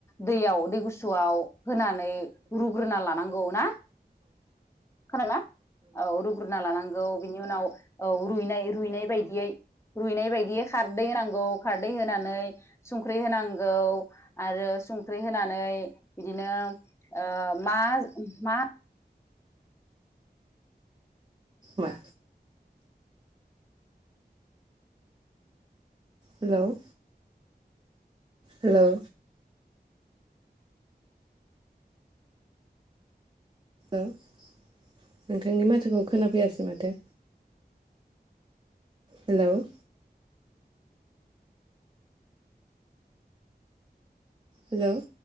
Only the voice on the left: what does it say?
दैयाव दै गुसुआव होनानै रुग्रो औ ना खोनादोंना औ रुग्रोना लानांगौ बिनि उनाव औ रुइनाय रुइनाय बायदियै रुइनाय बायदियै खारदै होनांगौ खारदै होनानै संख्रि होनांगौ आरो सुं ख्रै होनानै बिदिनो ओ मा मा